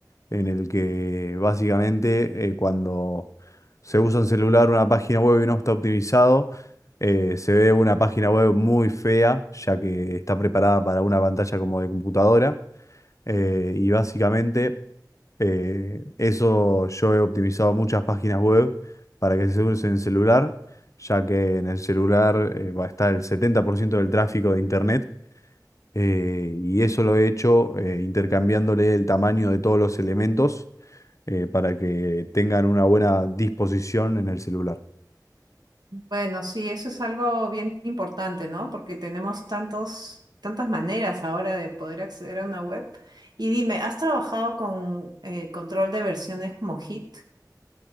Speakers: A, on the left; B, on the right.
A: en el que básicamente eh, cuando se usa un celular, una página web y no está optimizado, eh, se ve una página web muy fea, ya que está preparada para una pantalla como de computadora. Eh, y básicamente eh, eso yo he optimizado muchas páginas web para que se usen en celular, ya que en el celular eh, va a estar el 70% del tráfico de internet. eh, y eso lo he hecho eh, intercambiándole el tamaño de todos los elementos eh, para que tengan una buena disposición en el celular.
B: Bueno, sí, eso es algo bien importante, ¿no? Porque tenemos tantos, tantas maneras ahora de poder acceder a una web. Y dime, ¿has trabajado con eh, control de versiones como Git?